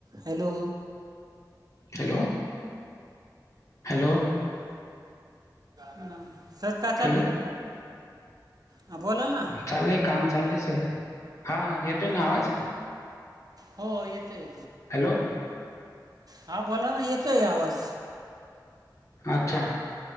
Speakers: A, on the right; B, on the left.
A: Hello
B: hello hello
A: ह सडका चाल
B: हॅलो
A: ह बोला ना
B: चालले काम चालले स हां येतो नाही आवाज
A: अहो हो येतो येतोय
B: हॅलो
A: हा बला ना येतोय आवाज
B: अच्छा